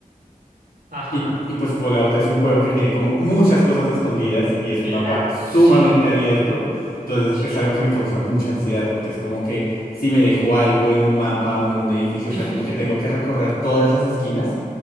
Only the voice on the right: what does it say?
Ajá.
Claro,
sí,
sí.
<laughs>